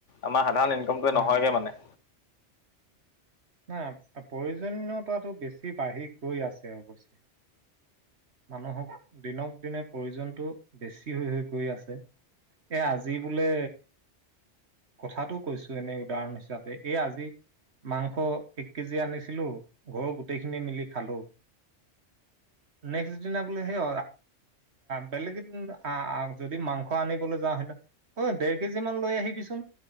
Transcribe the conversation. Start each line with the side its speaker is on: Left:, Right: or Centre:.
Left: আমাৰ সাধাৰণ ইনকমটো
Right: হা,
Left: নহয়গে মানে-
Right: না প্ৰয়োজনীয়তাটো বেছি বাঢ়ি গৈ আছে অৱশ্যে- মানুহক দিনক দিনে- প্ৰয়োজনতটো বেছি হৈ হৈ গৈ আছে এ আজি বোলে। কথাাতটো কৈছো এনে উদাহৰণ হিচাপে এই আজি। মাংস এক কেজি আনিছিলো ঘৰ গো- দেখনে মিলি খালো নেক্স দিনা বোলে সেই- বেলেগ যদি মাংস আনিবলৈ যাওঁ হয় অ দেৰ কেজি মান লৈ আহিবিচোন।